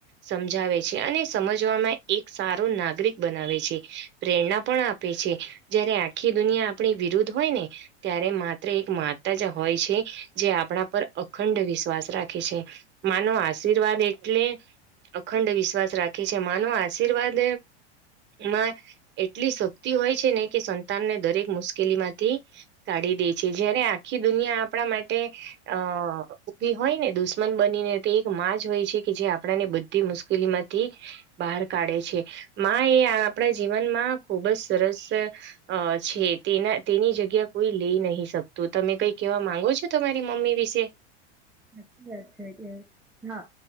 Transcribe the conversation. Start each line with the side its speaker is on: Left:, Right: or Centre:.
Right: સમજાવે છે અને સમજવામાં એક સારો નાગરિક બનાવે છે પ્રેરણા પણ આપે છે જય્યારે આખી દુનિયા આપણી વિરુદ્ધ હોય ને ત્યારે માત્ર એક માતા જ હોય છે જે આપણા પર અખંડ વિશ્વાસ રાખે છે માનો આશીર્વાદ એટલે અખંડ વિશ્વાસ રાખે કે છે માનો આશીર્વાદ માં એટલી શક્તિ હોય છે ને કે સંતાનને દરેક મુશ્કેલી માંથી કાઢી દે છે જયારે આખી દુનિયા આપણા માટે અ ઉભી હોય ને દુશ્મન બનીને તે એક માં જ હોય છે કે જે આપણાને બધી મુશ્કેલીમાં થી બહાર કાઢે છે માં એ આપણા જીવનમાં ખુબ જ સરસ અ છે તેના તેની જગ્યા કોઈ લઈ નહી શકતું તમે કઈ કેહેવા માંગો છો. તમારી મમ્મી વિશે? છેે.
Centre: સાચી વાત છે. કે હા,